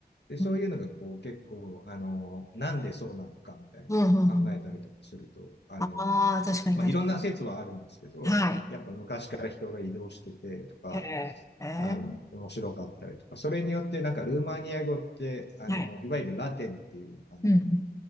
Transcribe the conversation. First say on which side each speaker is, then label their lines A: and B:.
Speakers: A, on the left; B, on the left.
A: で、そういうのがこう結構、
B: うん、
A: あの、なんでそうなのかみたいな考えたりとかすると、
B: うん、うん。
A: あの、
B: ああ確かに、
A: まあ、
B: 確かに。
A: いろんな説はあるんですけど、
B: はい。
A: やっぱ昔から人が移動しててとか、
B: へえ、へえ、
A: あの、面白かったりとか、それによってなんかルーマニア語って、あの、
B: はい。
A: いわゆるラテンっていう、あの、
B: うん、うん